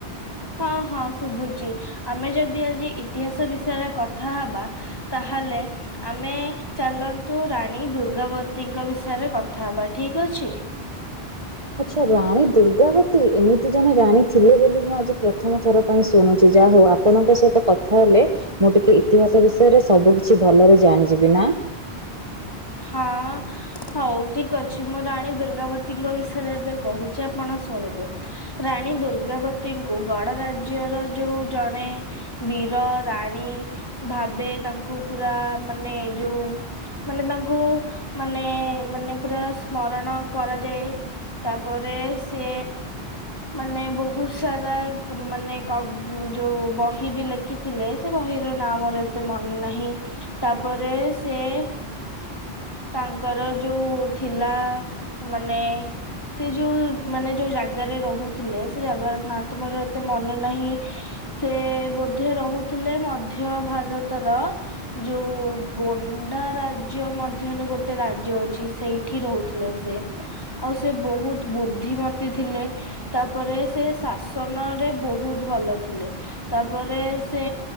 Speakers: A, on the left; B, on the right.
A: ହଁ ହଁ ଶୁଭୁଚି ଆମେ ଯଦି ଆଜି ଇତିହାସ ବିଷୟରେ କଥା କଥାହବା ତାହେଲେ ଆମେ ଚାଲନ୍ତୁ ରାଣୀ ଦୁର୍ଗାବତୀଙ୍କ ବିଷୟରେ ତାଦେହରେ କଥା ହବା ଠିକ ଅଛି।
B: ଆଚ୍ଛା ରାଣୀ ଦୁର୍ଗାବତୀ ଏମିତି ଜଣେ ରାଣୀ ଥିଲେ ବୋଲି ମୁଁ ଆଜି ପ୍ରଥମ ଥର ପାଇଁ ଶୁଣୁଛି ଯାହା ହଉ ଆପଣଙ୍କ ସହିତ କଥା ହେଲେ ମୁଁ ଟିକେ ଇତିହାସ ବିଷୟରେ ସବୁ କିଛି ଭଲରେ ଜାଣିଯିବିନା?
A: ହଁ। ହଉ ଠିକ ଅଛି ମୁଁ ରାଣୀ ଦୁର୍ଗାବତୀଙ୍କ ବିଷୟରେ ଏବେ କହୁଛି ଆପଣ ଶୁଣିବେ? ରାଣୀ ଦୁର୍ଗାବତୀଙ୍କୁ ଗଡ ରାଜ୍ୟର ଯୋଉ ଜଣେ ବୀର ରାଣୀ ଭାବେ ତାଙ୍କୁ ପୁରା ମାନେ ଯୋଉ ମାନେ ତାଙ୍କୁ ମାନେ ମାନେ ପୁରା ସ୍ମରଣ କରାଯାଏ। ତାପରେ ଶେ ମାନେ ବହୁତ ସାରା ମାନେ କ ଯୋଉ ବହି ବି ଲେ ଲେଖିଥିଲେ ସେ ବହିର ନାଁ ମୋର ଏତେ ମନେ ନାହିଁ। ତାପରେ ସେ- ତାଙ୍କର ଯୋଉ ଥିଲା ମାନେ- ସେ ଯୋଉ ମାନେ ଯୋଉ ଜାଗାରେ ରହୁଥିଲେ ସେ ଜାଗାର ନା ତ ମୋର ଏତେ ମନେ ନାହିଁ। ସେ ବୋଧେ ରହୁଥିଲେ ମଧ୍ୟ ଭାରତର- ଯୋଉ ଗୋଣ୍ଡା ରାଜ୍ୟ- ରାଜ୍ୟ ମଧ୍ୟରେ ଗୋଟେ ରାଜ୍ୟ ଅଛି ସେଇଠି ରହୁଥିଲେ ଶେ। ଆଉ ସେ ବହୁତ ବୁଦ୍ଧିମତି ଥିଲେ। ତାପରେ ସେ ଶାସନ ରେ ବହୁତ ଭଲ ଥିଲେ। ତାପରେ ସେ